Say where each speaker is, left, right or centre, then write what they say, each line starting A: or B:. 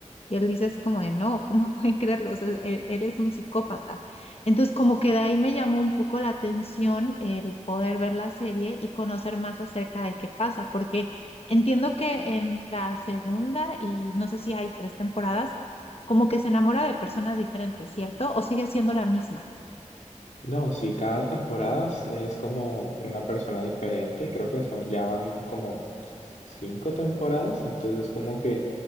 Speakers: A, on the left (about 50°); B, on the left (about 70°).
A: Y él dice así como de, no, ¿cómo <laughs> pueden creerlo? O sea, e- eres un psicópata. Entonces como que de ahí me llamó un poco la atención el poder ver la serie y conocer más acerca de qué pasa, porque... Entiendo que en la segunda, y no sé si hay tres temporadas, como que se enamora de personas diferentes, ¿cierto? O sigue siendo la misma.
B: No, sí, cada temporada es es como una persona diferente y creo que son, ya van como cinco temporadas, entonces como que